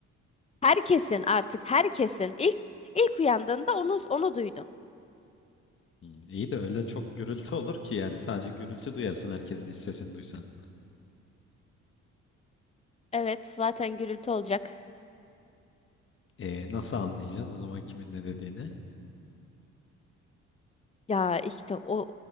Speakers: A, on the left; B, on the left.
A: Herkesin artık herkesin ilk ilk uyandığında onu onu duydun.
B: Hmm, iyi de öyle çok gürültü olur ki yani sadece gürültü duyarsın herkesin iç sesini duysan.
A: Evet, zaten gürültü olacak.
B: E, nasıl anlayacağız o zaman kimin ne dediğini?
A: Ya işte o